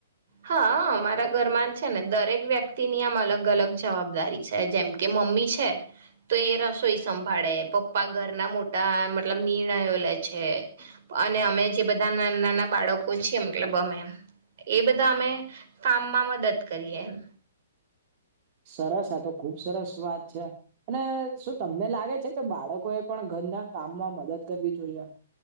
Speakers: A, on the right (about 60°); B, on the right (about 40°).
A: હા અમારા ઘરમા જ છે ને દરેક વ્યક્તિ ની આમ અલગ અલગ જવાબદારી છે જેમ કે મમ્મી છે તો એ રસોઈ સંભાળે પપ્પા ઘરના મોટા મતલબ નિર્ણયો લે છે અને અમે જે બધા નાના નાના બાળકો છીએ મતલબ અમે એ બધા બધા અમે કામમા મદદ કરીએ એમ
B: સરસ આ તો ખુબ સરસ વાત છે અને શું તમને લાગે છે કે બાળકો એ પણ ઘરના કામમા મદદ કરવી જોઈએ